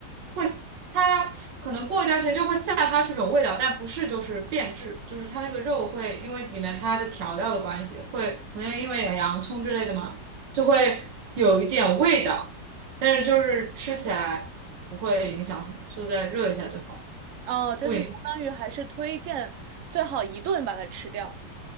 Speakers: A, on the right; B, on the right.
A: 会它可能过一段时间就会散发出这种味道，但不是就是变质，就是它那个肉会因为里面它的调料的关系，会可能因为有洋葱之类的嘛，就会有一点味道，但是就是吃起来不会影响什么，
B: 嗯，
A: 就再热一下就好。
B: 哦，就是相当于还是推荐最好一顿把它吃掉。
A: 不影。